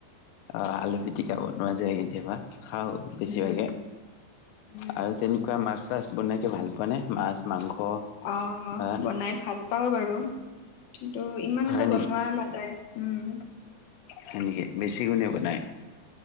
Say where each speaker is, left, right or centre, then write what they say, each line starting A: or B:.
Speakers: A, on the left (about 80°); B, on the left (about 65°).
A: অ আলু পিটিকা বনোৱা যায় কেতিয়াবা খাও, বেছিভাগে
B: উম উম।
A: আৰু তেনেকুৱা মাছ চাছ বনই ভাল পোৱা নে মাছ মাংস।
B: অ
A: বা
B: বনাই ভাল পাওঁ বাৰু কিন্তু ইমান
A: হয়
B: এটা বনোৱা নাযায়। উম,
A: সেনেকে বেছি কোনে বনাই।